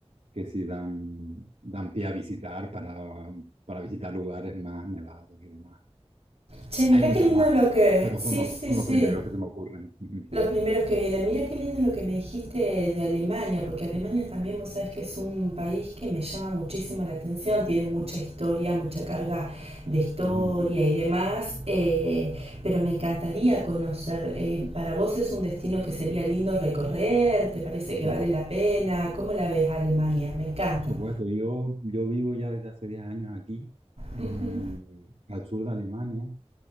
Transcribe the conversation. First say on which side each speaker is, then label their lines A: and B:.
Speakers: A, on the right; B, on the right.
A: que sí dan, dan pie a visitar para, para visitar lugares más nevados y demás.
B: Che, mirá
A: Hay muchos
B: qué lindo
A: más,
B: lo que...
A: pero
B: Sí,
A: son los,
B: sí,
A: son
B: sí.
A: los primeros que se me ocurren. Ujú.
B: Los primeros que vienen. Mira qué lindo lo que me dijiste de Alemania, porque Alemania también vos sabés que es un país que me llama muchísima la atención, tiene mucha historia, mucha carga de historia
A: Y es muy bonito,
B: y demás, eh, pero me encantaría conocer. Eh, ¿para vos es un destino que sería lindo recorrer? ¿Te parece
A: por
B: que
A: supuesto.
B: vale la pena? ¿Cómo la ves a Alemania? Me encanta.
A: Por supuesto, yo, yo vivo ya desde hace 10 años aquí, eh,
B: Ujú,
A: al sur de Alemania,